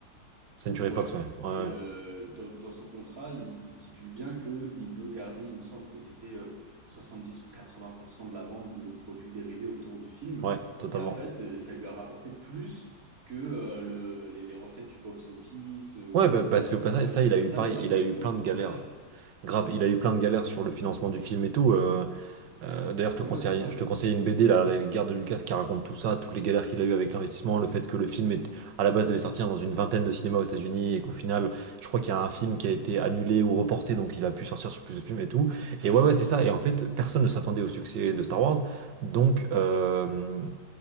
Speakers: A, on the right; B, on the right.
A: Century
B: Ouais.
A: Fox ouais ouais ouais,
B: Et, euh, dans, dans son contrat, il, il stipule bien qu'il veut garder, il me semble que c'était euh, dix ou 80% de la vente de produits dérivés autour du film.
A: ouais, totalement
B: Et en fait, euh, ça lui a rapporté plus que euh, le- les, les recettes du box-office euh,
A: ouais
B: ou,
A: bah, parce
B: ou quoi
A: que bah,
B: que ce
A: ça
B: soit.
A: ça
B: Et c'est
A: il
B: comme
A: a eu
B: ça
A: pareil
B: d'ailleurs
A: il
B: qu'il
A: a
B: a
A: eu
B: pu
A: plein
B: financer
A: de galères
B: derrière.
A: grave il a eu plein de galères
B: Mhm.
A: sur le financement du film et tout euh, Euh, d'ailleurs, je te
B: Ouais,
A: conseille,
B: c'est ça.
A: je te conseille une BD, là, La guerre de Lucas, qui raconte tout ça, toutes les galères qu'il a eues avec l'investissement, le fait que le film est, à la base devait sortir dans une vingtaine de cinémas aux États-Unis et qu'au final, je crois qu'il y a un film qui a été annulé ou reporté, donc il a pu sortir sur plus de films et tout. Et ouais, ouais, c'est ça. Et en fait, personne ne s'attendait au succès de Star Wars. Donc, euh,